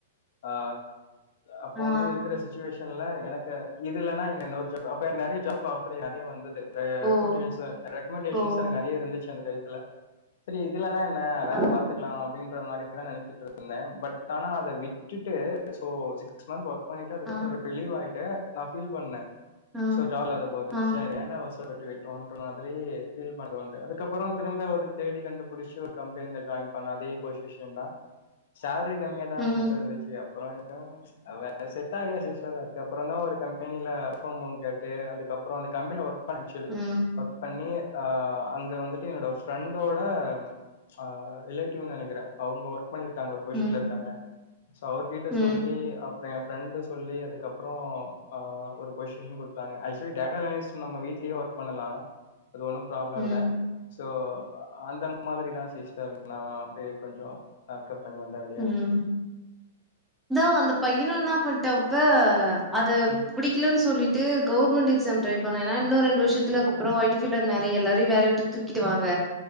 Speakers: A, on the left; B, in the centre.
A: அ அப்ப
B: ஆ
A: வந்து இருக்கிற சுச்சுவேஷன் ல்ல எனக்கு இது இல்லன்னா இன்னோரு ஜாப் அப்ப நறைய ஜாப் ஆஃபரு நறைய வந்தது இந்த ரெக்கமன்டேஷ
B: ஓ
A: ரெக்கமண்டேஷன்ஸ்
B: ஓ
A: எனக்கு நறைய இருந்துச்சி அந்த டைத்துல செரி இதுலன்னா என்ன வேற
B: ஆ
A: பாத்துக்குலா அப்டீன்ற மாரிதா நெனைச்சிட்ருந்தே பட் ஆனா அத விட்டுட்டு சோ சிக்ஸ் மந்த் ஒர்க் பண்ணிட்டு அதுக்கப்புறோ
B: ஆ
A: ரிலீவ் ஆயிட்டு நா ஃபீல் பண்ணே
B: ஆ
A: சோ ஜாப் இல்லாத போது
B: ஆ
A: செரி ஏண்டா அவசர பட்டு விட்டோ அப்டீன்ற மாதிரி ஃபீல் பண்ணது உண்டு அதுக்கப்புறோ திரும்ப ஒரு தேடி கண்டு பிடிச்சி ஒரு கம்பெனியில ஜாயின் பண்ண அதே பொஷிசந்தா சேல்ரி கம்மியாதா
B: ம்
A: சிஸ்டர் இருந்துச்சு அப்புறோ எதயோ அ வேற செட் ஆகல சிஸ்டர் அதுக்கப்புறோந்தா ஒரு கம்பெனியில ஃபோம் பண்ணி கேட்டு அதுக்கப்புறோ அந்த கம்பெனில ஒர்க் பங்ச்சுவலி
B: ம்
A: ஒர்க் பண்ணி அ அங்கே வந்துட்டு என்னோட ஃப்ரெண்டோட அ ரிலேட்டிவ்னு நெனைக்கிறே அவுங்க ஒர்க் பண்ணிருக்காங்க ஒரு பொஷ்ஷன்ல
B: ம்
A: இருக்காங்க சோ அவருகிட்ட
B: ம்
A: சொல்லி அப்ப எ ஃப்ரெண்டு சொல்லி அதுக்கப்புறோ அ ஒரு பொசிஷன் குடுத் ஆக்சுவலி டேட்டா அனலைஸ் நம்ம வீட்லயே ஒர்க் பண்ணலா அது ஒன்னு ப்ராப்ளம்
B: ம்
A: இல்ல சோ அந்த மாதிரி தா சிஸ்டர் நா அப்டியே கொஞ்சோ மேக்கப் பண்ணி வந்தங்க
B: ம் இதா அந்த பையனோ இன்னா பண்ட்டாப்ப அத
A: ம்
B: பிடிக்கலன்னு சொல்லிட் ட்டு கவர்மெண்ட் எக்ஸாம் ட்ரை பண்ண ஏன்னா இன்னோ ரெண்டு வர்ஷத்துல அப்புறோ ஐ டி ஃபீல்டுல நறைய எல்லாரையு வேலய விட்டு தூக்கிடு வாங்க